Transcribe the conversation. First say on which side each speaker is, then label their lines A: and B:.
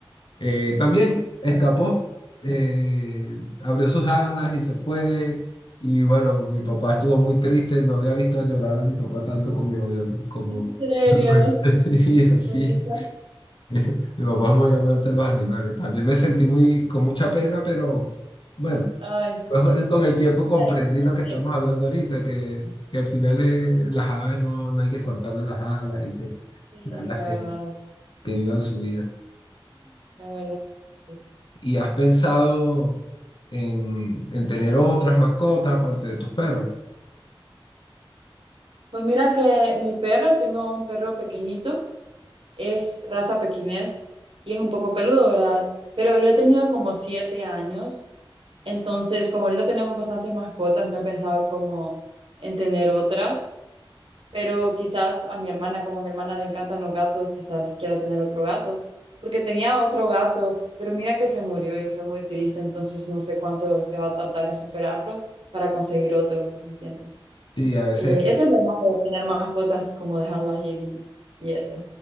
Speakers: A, on the left (about 55°); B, on the right (about 70°).
A: Eh, también escapó, eh, abrió sus
B: pucha,
A: alas y se fue. Y bueno, mi papá estuvo muy triste, no había visto llorar a mi papá tanto como lo, como
B: En serio,
A: lo hice. <laughs> Y así,
B: pucha,
A: <laughs> mi papá es muy amante de los animales. También me sentí muy, con mucha pena, pero bueno,
B: Ay, sí,
A: pues, con el tiempo comprendí
B: ya
A: lo que
B: sí,
A: estamos hablando ahorita, que, que al final eh, las aves no, no hay que cortarle las alas y que,
B: sí,
A: las
B: la
A: que,
B: verdad,
A: que vivan su vida.
B: la verdad. sí.
A: ¿Y has pensado en, en tener otras mascotas aparte de tus perros?
B: Pues mira que mi perro, tengo un perro pequeñito es raza pequinés y es un poco peludo, ¿verdad? Pero lo he tenido como siete años, entonces como ahorita tenemos bastantes mascotas, no he pensado como en tener otra, pero quizás a mi hermana, como a mi hermana le encantan los gatos, quizás quiera tener otro gato, porque tenía otro gato, pero mira que se murió y fue muy triste, entonces no sé cuánto se va a tardar en superarlo para conseguir otro, ¿me entiendes?
A: Sí, a veces
B: Eh, eso es lo malo de tener mascotas, como dejarlas ir y, y eso.